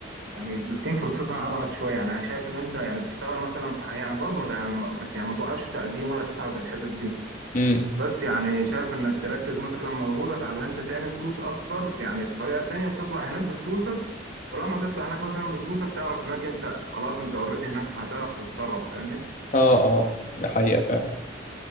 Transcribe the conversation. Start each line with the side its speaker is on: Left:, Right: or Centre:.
Right: يعني بتكون فرصتها ابعد شويه يعني انا شايف ان انت يعني تشتغل مثلا في حاجه يعني برضه ما ت- يعني ما يعني ما توقفش تقديم ولا تسعى في الحتت دي
Left: مم.
Right: بس يعني شايف انك تركز مثلا مجهودك على ان انت تعمل فلوس اكتر يعني بطريقه تانية وتطلع هناك بفلوسك ولما تطلع هناك مثلا بفلوسك تعرف هناك انت خلاص انت اوريدي هناك فهتعرف تتصرف فاهمني
Left: اه اه دي حقيقة فعلا